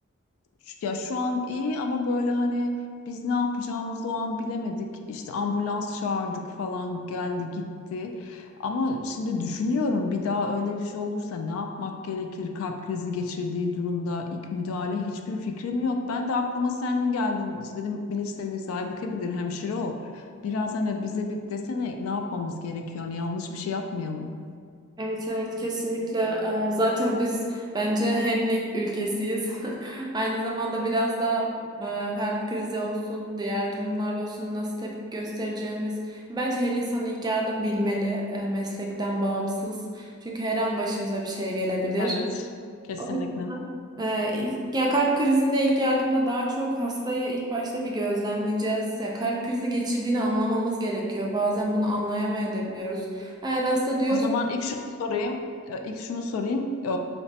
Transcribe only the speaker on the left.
şu- Ya şu an iyi ama böyle hani biz ne yapacağımızı o an bilemedik. İşte ambulans çağırdık falan geldi gitti. Ama şimdi düşünüyorum bir daha öyle bir şey olursa ne yapmak gerekir? Kalp krizi geçirdiği durumda ilk müdahale hiçbir fikrim yok. Ben de aklıma sen geldin İşte dedim bilirse bilir Aybüke bilir hemşire o. Biraz hani bize bir desene ne yapmamız gerekiyor? Hani yanlış bir şey yapmayalım.
Evet. Kesinlikle.
O zaman ilk şunu sorayım. Ee, İlk şunu sorayım. Ee,